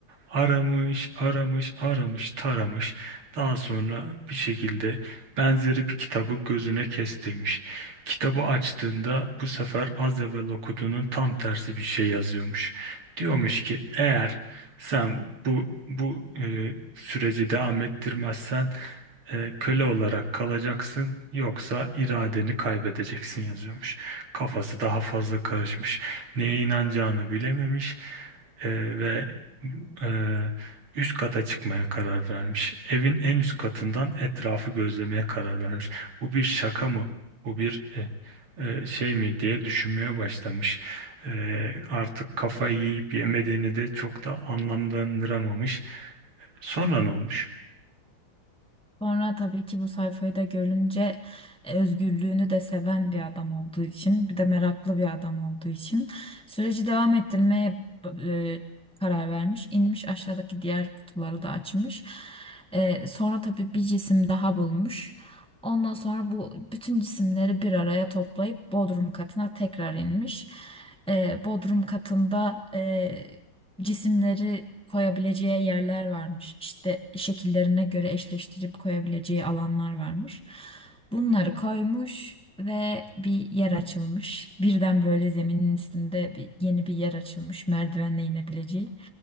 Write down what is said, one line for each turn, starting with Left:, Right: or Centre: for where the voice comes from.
Right: Aramış, aramış, aramış, taramış. Daha sonra bir şekilde benzeri bir kitabı gözüne kestirmiş. Kitabı açtığında bu sefer az evvel okuduğunun tam tersi bir şey yazıyormuş. Diyormuş ki eğer sen bu bu e, süreci devam ettirmezsen e, köle olarak kalacaksın yoksa iradeni kaybedeceksin yazıyormuş. Kafası daha fazla karışmış. Neye inanacağını bilememiş. Ee, ve e, üst kata çıkmaya karar vermiş. Evin en üst katından etrafı gözlemeye karar vermiş. Bu bir şaka mı? Bu bir e, e, şey mi diye düşünmeye başlamış. Ee, artık kafayı yiyip yemediğini de çok da anlamlandıramamış. Sonra ne olmuş?
Centre: Sonra tabii ki bu sayfayı da görünce e, özgürlüğünü de seven bir adam olduğu için, bir de meraklı bir adam olduğu için süreci devam ettirmeye e, karar vermiş. İnmiş aşağıdaki diğer kutuları da açmış. E, sonra tabii bir cisim daha bulmuş. Ondan sonra bu bütün cisimleri bir araya toplayıp bodrum katına tekrar inmiş. E, bodrum katında e, cisimleri koyabileceği yerler varmış. İşte şekillerine göre eşleştirip koyabileceği alanlar varmış. Bunları koymuş ve bir yer açılmış. Birden böyle zeminin üstünde bir, yeni bir yer açılmış merdivenle inebileceği.